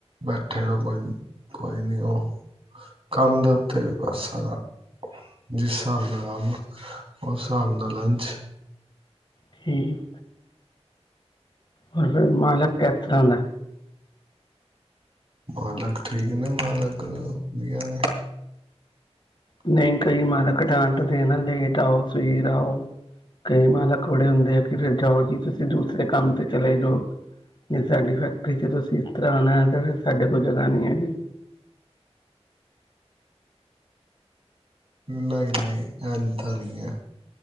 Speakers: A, on the right; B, on the left.
A: ਬੈਠੇ ਰੋ ਕੋਈ ਕੋਈ ਨੀ ਔ ਕੰਮ ਦੇ ਉੱਤੇ ਵੀ ਬਸ ਸਾਰਾ। ਜਿਸ ਸਾਬ ਨਾਲ ਕੰਮ ਆ। ਉਸ ਸਾਬ ਨਾਲ ਲੰਚ।
B: ਠੀਕ। ਹੋਰ, ਫਿਰ ਮਾਲਕ ਕਿਸ ਤਰ੍ਹਾਂ ਦਾ?
A: ਮਾਲਕ ਠੀਕ ਨੇ ਮਾਲਕ ਵਧੀਆ ਨੇ।
B: ਨਹੀਂ ਕਈ ਮਾਲਕ ਡਾਂਟਦੇ ਨਾ ਲੇਟ ਆਓ ਸਵੇਰ ਆਓ, ਕਈ ਮਾਲਕ ਬੜੇ ਹੁੰਦੇ ਆ ਕਿ ਫਿਰ ਜਾਓ ਜੀ ਤੁਸੀਂ ਦੂਸਰੇ ਕੰਮ ਤੇ ਚਲੇ ਜੋ, ਜੇ ਸਾਡੀ ਫੈਕਟਰੀ ਚ ਤੁਸੀਂ ਇਸ ਤਰ੍ਹਾਂ ਆਣਾ ਹੈ ਤੇ ਫਿਰ ਸਾਡੇ ਕੋਲ ਜਗ੍ਹਾ ਨੀ ਹੈਗੀ।
A: ਨਹੀਂ ਨਹੀਂ ਐਂਜ ਤਾਂ ਨੀ ਹੈ।